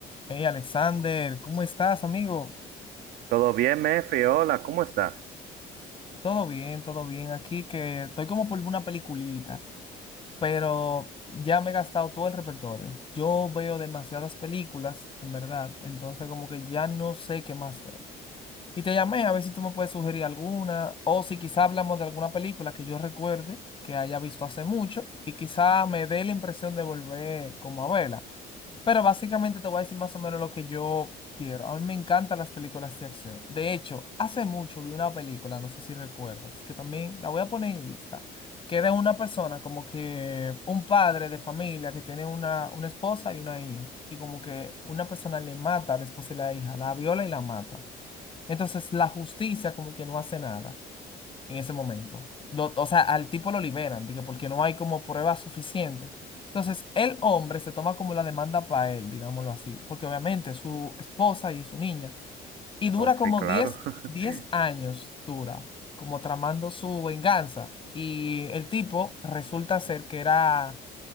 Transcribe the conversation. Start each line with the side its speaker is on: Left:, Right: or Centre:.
Left: Hey Alexander, ¿cómo estás, amigo?
Right: ¿Todo bien, Mefe. Hola, ¿cómo estás?
Left: Todo bien, todo bien. Aquí que estoy como por una peliculita, pero ya me he gastado todo el repertorio. Yo veo demasiadas películas, en verdad, entonces como que ya no sé qué más ver. Y te llamé a ver si tú me puedes sugerir alguna, o si quizá hablamos de alguna película que yo recuerde que haya visto hace mucho y quizá me dé la impresión de volver como a verla. Pero básicamente te voy a decir más o menos lo que yo quiero. A mí me encantan las películas de acción. De hecho, hace mucho vi una película, no sé si recuerdas, que también la voy a poner en lista, que era una persona como que un padre de familia que tiene una, una esposa y una hija. Y como que una persona le mata a la esposa y la hija, la viola y la mata. Entonces la justicia como que no hace nada en ese momento. Lo- o sea, al tipo lo liberan, de que porque no hay como prueba suficiente. Entonces, el hombre se toma como la demanda para él, digámoslo así, porque obviamente es su esposa y es su niña. Y dura
Right: Oh, sí,
Left: como
Right: claro.
Left: diez
Right: <laughs>
Left: diez años, dura, como tramando su venganza. Y el tipo resulta ser que era